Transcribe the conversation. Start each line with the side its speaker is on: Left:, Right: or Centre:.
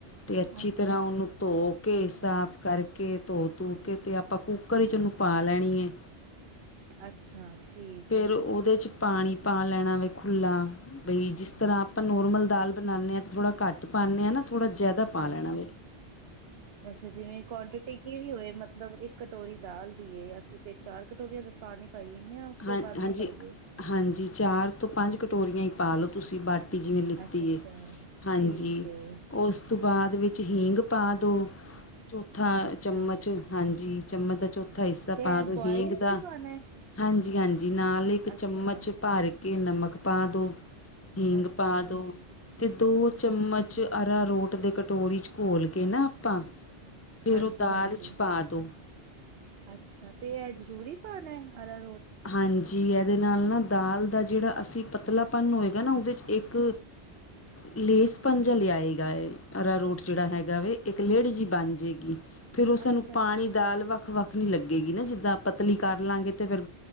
Left: ਤੇ ਅੱਛੀ
Right: ਅੱਛਾ-ਅੱਛਾ
Left: ਤਰ੍ਹਾਂ ਉਹਨੂੰ ਧੋ ਕੇ ਸਾਫ ਕਰਕੇ ਧੋ ਧੂ ਕੇ ਅਤੇ ਆਪਾਂ ਕੁੂੱਕਰ ਵਿੱਚ ਉਹਨੂੰ ਪਾ ਲੈਣੀ ਹੈ
Right: ਅੱਛਾ ਠੀਕ
Left: ਫਿਰ
Right: ਹੈ
Left: ਉਹਦੇ 'ਚ ਪਾਣੀ ਪਾ ਲੈਣਾ ਵੇਖ ਖੁੱਲਾ ਬਈ ਜਿਸ ਤਰ੍ਹਾਂ ਆਪਾਂ ਨੋਰਮਲ ਦਾਲ ਬਣਾਉਂਦੇ ਹਾਂ ਤਾਂ ਥੋੜ੍ਹਾ ਘੱਟ ਪਾਉਂਦੇ ਹਾਂ ਨਾ ਥੋੜ੍ਹਾ ਜ਼ਿਆਦਾ ਪਾ
Right: ਹਾਂਜੀ
Left: ਲੈਣਾ ਫਿਰ
Right: ਅੱਛਾ ਜਿਵੇਂ ਕੁਆਂਟਿਟੀ ਕਿ ਵੀ ਹੋਏ ਮਤਲਬ ਇੱਕ ਕਟੋਰੀ ਦਾਲ ਦੀ ਏ ਅਸੀਂ ਫਿਰ ਚਾਰ ਕਟੋਰੀਆਂ ਦਾ ਪਾਣੀ ਪਾਈਏ ਜਾਂ ਉਸ ਤੋਂ
Left: ਹਾਂ।
Right: ਵੱਧ
Left: ਹਾਂਜੀ
Right: ਹੀ ਪਾਈਏ
Left: ਹਾਂਜੀ ਚਾਰ ਤੋਂ ਪੰਜ ਕਟੋਰੀਆਂ ਹੀ ਪਾ ਲਓ ਤੁਸੀਂ ਬਾਟ ਜਿਵੇਂ ਲਿੱਤੀ
Right: ਅੱਛਾ-ਅੱਛਾ
Left: ਹੈ। ਹਾਂਜੀ
Right: ਠੀਕ
Left: ਉਸ
Right: ਏ
Left: ਉਸ ਤੋਂ ਬਾਅਦ ਵਿੱਚ ਹੀਂਗ ਪਾ ਦਿਉ ਚੌਥਾ
Right: ਅੱਛਾ
Left: ਚਮਚ ਹਾਂਜੀ। ਚਮਚ ਦਾ ਚੌਥਾ ਹਿੱਸਾ
Right: ਤੇ
Left: ਪਾ ਦੋ
Right: ਬੋਇਲ
Left: ਹੀਂਗ
Right: ਚ
Left: ਦਾ
Right: ਹੀ ਪਾਣਾ
Left: ਹਾਂਜੀ-ਹਾਂਜੀ ਨਾਲ ਇੱਕ ਚਮਚ
Right: ਅੱਛਾ
Left: ਭਰ ਕੇ ਨਮਕ ਪਾ ਦੋ ਹਿੰਗ
Right: ਅੱਛਾ,
Left: ਪਾ ਦੋ ਤੇ ਦੋ
Right: ਅੱਛਾ
Left: ਚਮਚ ਆਰਾਰੋਟ ਦੇ ਕਟੋਰੀ ਚ ਘੋਲ ਕੇ ਨਾ ਆਪਾਂ ਫੇਰ
Right: ਹਾਂਜੀ-ਹਾਂਜੀ।
Left: ਉਹ ਦਾਲ ਚ ਪਾ ਦੋ
Right: ਅੱਛਾ। ਤੇ ਇਹ ਜ਼ਰੂਰੀ ਪਾਨਾ ਹੈ ਆਰਾ
Left: ਹਾਂਜੀ ਜੀ ਇਹਦੇ ਨਾਲ ਨਾ ਦਾਲ ਦਾ ਜਿਹੜਾ ਅਸੀਂ ਪਤਲਾਪਨ ਹੋਏਗਾ ਨਾ ਉਹਦੇ 'ਚ ਇੱਕ ਲੇਸ ਪੰਜਾ ਲਿਆਏਗਾ ਅ ਰੂਟ ਜਿਹੜਾ ਹੈਗਾ ਵੇ ਇੱਕ ਲੇਹੜ ਜਿਹੀ ਬਣ ਜਾਏਗੀ। ਫੇਰ ਉਹ ਸਾਨੂੰ
Right: ਅੱਛਾ-ਅੱਛਾ।
Left: ਪਾਣੀ ਦਾਲ ਵੱਖ ਵੱਖ ਨਹੀਂ ਲੱਗੇਗੀ ਨਾ ਜਿੱਦਾਂ ਪਤਲੀ ਕਰ ਲਾਂਗੇ ਤੇ ਫਿਰ